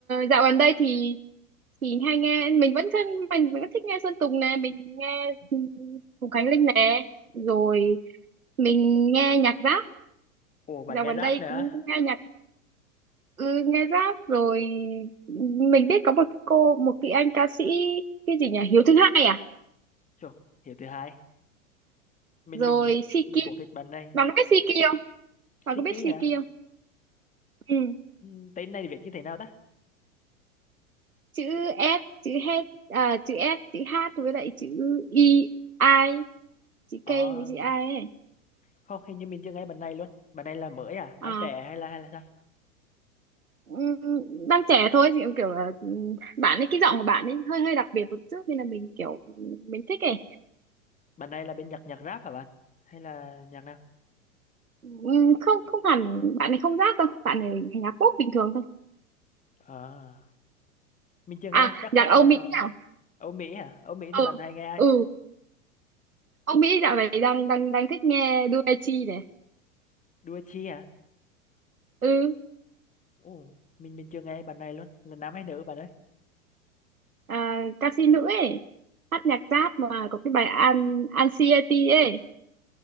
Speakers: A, on the right (about 80°); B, on the left (about 20°).
A: dạo gần đây thì thì hay nghe mình vẫn thân mình vẫn thích nghe Sơn Tùng nè mình nghe Hùng Khánh Linh nè rồi mình nghe nhạc rap
B: ồ bạn
A: dạo
B: nghe
A: gần
B: rap
A: đây
B: nữa hả
A: cũng, cũng nghe nhạc ừ, nghe rap rồi mình biết có một cái cô một cái anh ca sĩ cái gì nhỉ Hiếu thứ hai à
B: Chù, hiểu thứ hai mình
A: rồi
B: mình cũng
A: Siki
B: mình cũng thích bạn này
A: bạn có biết Siki không
B: Siki
A: bạn có biết Siki
B: hả
A: không ừ.
B: ừ, tên này viết như thế nào ta
A: chữ S chữ H à, chữ S chữ H với lại chữ I I chữ
B: ờ
A: K với chữ I ấy.
B: không hình như mình chưa nghe bạn này luôn bạn này là mới à
A: Ờ
B: đang trẻ hay là hay là sao
A: Ừm, đang trẻ thôi thì cũng kiểu là ừm, bạn ấy cái giọng của bạn ấy hơi hơi đặc biệt một chút nên là mình kiểu mình thích ấy
B: bạn này là bên nhạc nhạc rap hả bạn hay là nhạc nào
A: Ừm, không không hẳn bạn ấy không rap đâu bạn ấy nhạc pop bình thường thôi
B: à mình chưa
A: à
B: nghe chắc
A: nhạc
B: chắc
A: Âu
B: là
A: Mỹ nào
B: Âu Mỹ hả Âu Mỹ thì
A: ừ
B: bạn này nghe ai
A: ừ Âu Mỹ dạo này đang đang đang thích nghe Doechii này
B: Đua Chi hả
A: ừ
B: ồ mình mình chưa nghe bạn này luôn là nam hay nữ bạn ơi
A: à, ca sĩ nữ ấy hát nhạc rap mà có cái bài An Anxiety ấy